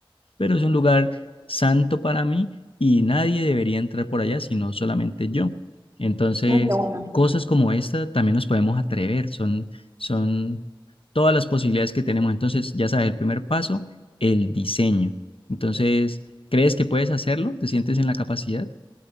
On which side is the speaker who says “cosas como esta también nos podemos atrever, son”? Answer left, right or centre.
Left